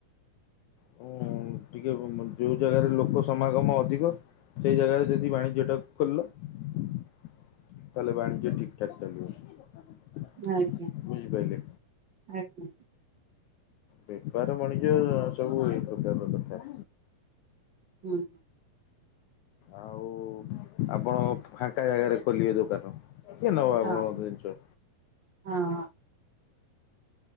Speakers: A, on the left; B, on the right.
A: ହ ଟିକେ ଯେଉଁ ଜାଗାରେ ଲୋକ ସମାଗମ ଅଧିକ ସେଇ ଜାଗାରେ ଯଦି ବାଣିଜ୍ୟ ଟା କୁ ଖୋଲିଲ। ତାହେଲେ ବାଣିଜ୍ୟ ଠିକ ଠାକ ଚାଲିବ।
B: ଆଜ୍ଞା
A: ବୁଝିପାରିଲେ
B: ଆଜ୍ଞା।
A: ବେପାର ମଣିଜ୍ୟ ସବୁ ଏଇ ପ୍ରକାରର କଥା।
B: ହୁଁ।
A: ଆଉ ଆପଣ ଫାଙ୍କା ଜାଗାରେ ଖୋଲିବେ ଦୋକାନ। କିଏ ନେବା
B: ହଁ
A: ଆପଣଙ୍କ ଜିନିଷ।
B: ହଁ।